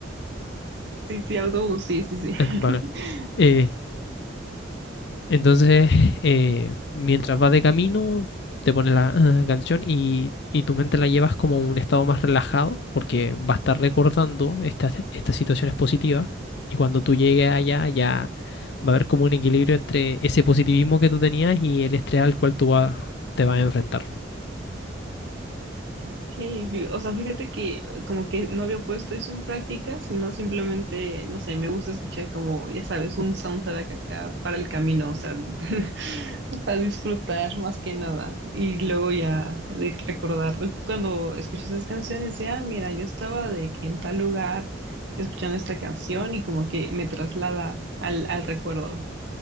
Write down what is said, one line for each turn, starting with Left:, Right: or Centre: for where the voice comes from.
Right: Sí, sí, autobús, sí, sí, sí. <laughs>
Left: eh, vale, eh, Entonces, eh, mientras vas de camino, te pones la eh, canción y, y tu mente la llevas como a un estado más relajado, porque va a estar recordando estas, estas situaciones positivas. Y cuando tú llegues allá, ya va a haber como un equilibrio entre ese positivismo que tú tenías y el estrés al cual tú vas- te vas a enfrentar.
Right: Okay, fí- o sea, fíjate que como que no había puesto eso en práctica, sino simplemente, no sé, me gusta escuchar como, ya sabes, un soundtrack acá para el camino, o sea, <laughs> para disfrutar más que nada. Y luego ya de recordar, cuando escucho esas canciones, ya, mira, yo estaba de que en tal lugar escuchando esta canción y como que me traslada al, al recuerdo.